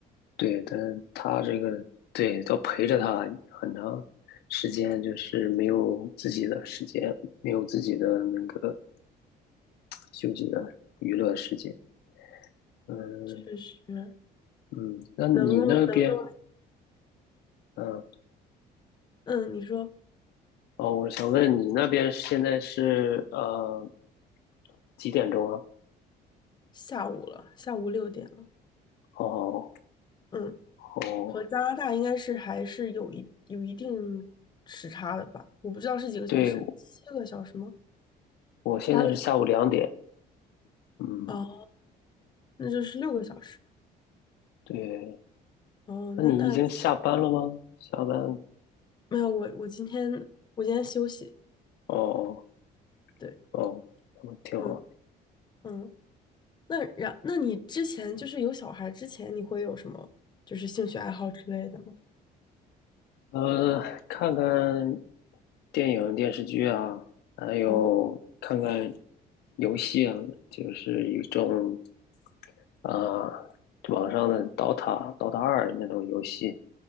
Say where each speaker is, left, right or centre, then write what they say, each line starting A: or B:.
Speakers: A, on the left; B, on the left.
A: 对，但是他这个对都陪着他很长时间，就是没有自己的时间，没有自己的那个休息的娱乐时间。嗯
B: 确实，
A: 嗯，那你那边，
B: 能够能够，
A: 嗯，
B: 嗯，你说
A: 哦，我想问你那边现在是呃几点钟啊？
B: 下午了，下午六点了，
A: 哦
B: 嗯，
A: 哦，
B: 和加拿大应该是还是有一有一定时差的吧？我不知道是几个小时，
A: 对，
B: 七个小时吗？
A: 我现在是下午两点。
B: 八个小时？
A: 嗯，
B: 哦，那就是六个小时。
A: 对。
B: 哦，
A: 那你已经下班了吗？
B: 那那其实
A: 下班
B: 没有，我我今天我今天休息，
A: 哦
B: 对，
A: 哦，那挺好。
B: 嗯嗯。那然，那你之前就是有小孩之前，你会有什么就是兴趣爱好之类的吗？
A: 呃，看看电影、电视剧啊，还有看看
B: 哦
A: 游戏啊，就是一种啊、网上的 DOTA、DOTA 二那种游戏，